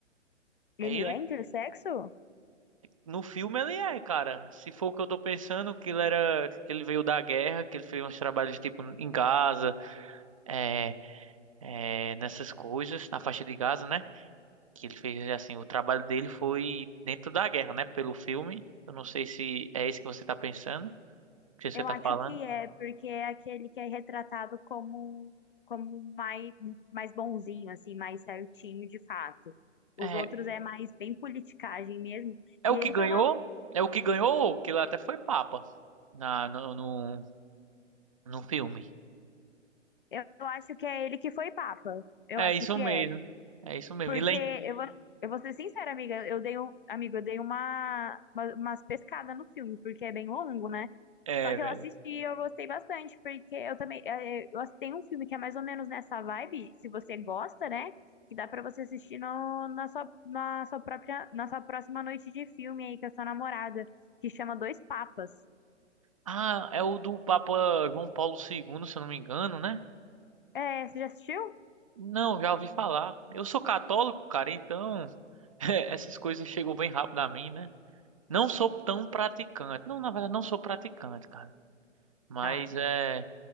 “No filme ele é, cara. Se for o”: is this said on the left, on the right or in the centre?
Right